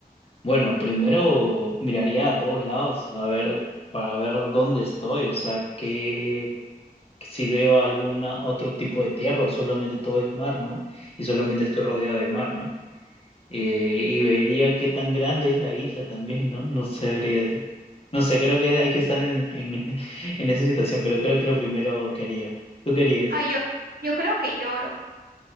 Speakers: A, on the left; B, on the right.
A: Bueno, primero miraría a todos lados a ver para ver dónde estoy, o sea, que si veo alguna otro tipo de tierra o solamente todo es mar, ¿no? Y solamente estoy rodeado de mar, ¿no? Eh, y vería qué tan grande es la isla también, ¿no? No sabría. No sé, creo que hay que estar en, en, <laughs> en esa situación, pero creo que lo primero que haría. ¿Tú querías?
B: Ay, yo, yo creo que lloro.